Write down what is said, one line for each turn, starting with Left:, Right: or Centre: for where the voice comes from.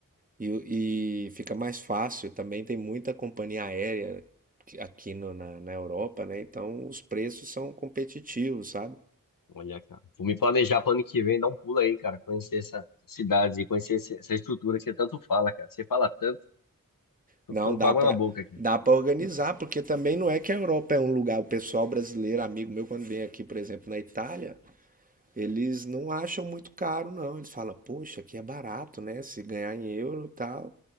Right: E, o- e fica mais fácil. Também tem muita companhia aérea que- aqui no- na, na Europa, né? Então os preços são competitivos, sabe?
Left: Olha, cara. Vou me planejar para ano que vem, dar um pulo aí, cara. Conhecer essa cidade e conhecer esse- essa estrutura que você tanto fala, cara. Você fala tanto, tô
Right: Não
Left: ficando
Right: dá
Left: com água
Right: para
Left: na boca aqui.
Right: dá para organizar, porque também não é que a Europa é um lugar. O pessoal brasileiro, amigo meu, quando vem aqui, por exemplo, na Itália, eles não acham muito caro, não. Eles falam, poxa, aqui é barato, né? Se ganhar em euro e tal.